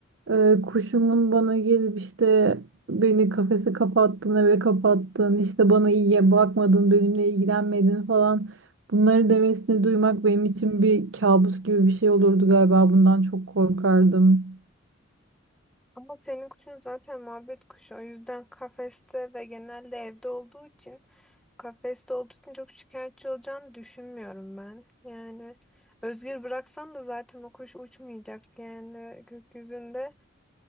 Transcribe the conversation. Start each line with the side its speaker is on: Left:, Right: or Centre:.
Right: Ee, kuşumun bana gelip işte beni kafese kapattın, eve kapattın, işte bana iyiye bakmadın, benimle ilgilenmedin falan. Bunları demesini duymak benim için bir kabus gibi bir şey olurdu galiba. Bundan çok korkardım.
Centre: Ama senin kuşun zaten muhabbet kuşu. O yüzden kafeste ve genelde evde olduğu için kafeste olduğu için çok şikayetçi olacağını düşünmüyorum ben. Yani özgür bıraksan da zaten o kuş uçmayacak yani gökyüzünde.